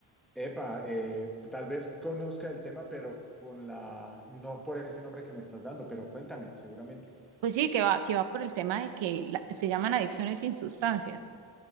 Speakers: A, in the centre; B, on the right.
A: Epa, eh, tal vez conozca el tema, pero con la, no por ese nombre que me estás dando, pero cuéntame, seguramente.
B: Pues sí, que va, que va por el tema de que la- se llaman adicciones sin sustancias.